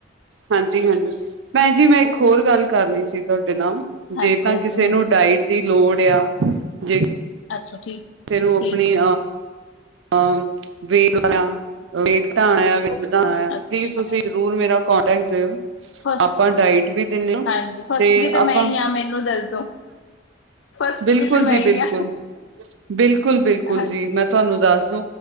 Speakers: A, on the right (about 85°); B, on the left (about 85°).
A: ਹਾਂਜੀ ਹਾਂਜੀ। ਭੈਣ ਜੀ ਮੈਂ ਇੱਕ ਹੋਰ ਗੱਲ ਕਰਨੀ ਸੀ ਤੁਹਾਡੇ ਨਾਲ। ਜੇ
B: ਹਾਂਜੀ
A: ਤਾਂ
B: ਹਾਂਜੀ
A: ਕਿਸੇ
B: ਹਾਂਜੀ
A: ਨੂੰ ਡਾਇਟ
B: ਹਾਂਜੀ
A: ਦੀ ਲੋੜ। <unintelligible>
B: ਅੱਛਾ ਠੀਕ
A: ਕਿਸੇ ਨੂੰ ਆਪਣੀ
B: ਠੀਕ ਹੈ।
A: ਅ ਵੇ ਵੇਟ ਆਣਾ। ਦਾਂ
B: ਅੱਛਾ
A: ਠੀਕ ਤੁਸੀਂ ਜ਼ਰੂਰ ਮੇਰਾ ਕੌ ਟੈਕ ਜਾਇਓ।
B: ਫ
A: ਆਪਾਂ ਡਾਇਟ ਵੀ ਦਿੰਦੇ ਹ
B: ਹਾਂਜੀ ਫਸਟਲੀ
A: ਤੇ ਆਪਾਂ
B: ਮੈਂ ਹੀ ਹਾਂ ਮੈਨੂੰ ਦੱਸ ਦੋ ਫਸਟਲੀ
A: ਬਿਲਕੁਲ
B: ਤੇ ਮੈਂ
A: ਜੀ।
B: ਹੀ
A: ਬਿਲਕੁਲ--ਬਿਲਕੁਲ।
B: ਹਾਂ
A: ਬਿਲਕੁਲ, ਬਿਲਕੁਲ
B: ਹਾਂਜੀ
A: ਜੀ। ਮੈਂ ਤੁਹਾਨੂੰ ਦੱਸ